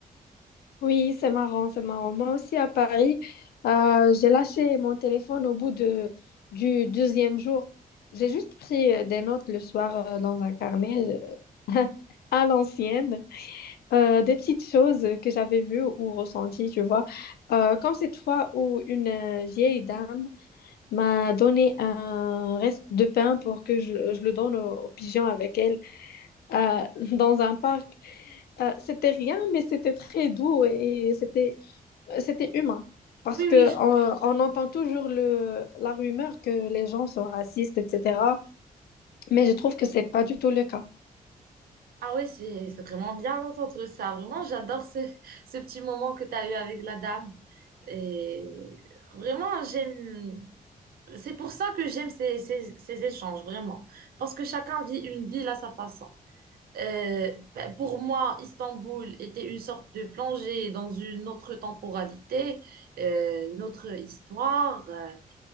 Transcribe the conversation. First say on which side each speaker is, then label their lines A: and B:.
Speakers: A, on the left; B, on the right.
A: Oui, c'est marrant, c'est marrant. Moi aussi à Paris, euh, j'ai lâché mon téléphone au bout de, du deuxième jour. J'ai juste pris euh, des notes le soir euh, dans un carnet euh, <laughs> à l'ancienne, euh, des petites choses que j'avais vues ou ressenties, tu vois. Euh, comme cette fois où une euh, vieille dame m'a donné un reste de pain pour que je, je le donne aux, aux pigeons avec elle euh, <laughs> dans un parc. Euh, c'était rien, mais c'était très doux et c'était c'était humain. Parce
B: Oui,
A: que
B: oui, je
A: on, on entend toujours le, la rumeur que les gens sont racistes, etc. Mais je trouve que c'est pas du tout le cas.
B: Ah oui, c'est c'est vraiment bien d'entendre ça. Vraiment, j'adore ce, ce petit moment que tu as eu avec la dame. Et vraiment, j'aime. C'est pour ça que j'aime ces, ces, ces échanges, vraiment. Parce que chacun vit une ville à sa façon. Euh, ben, pour moi, Istanbul était une sorte de plongée dans une autre temporalité, euh, une autre histoire. euh,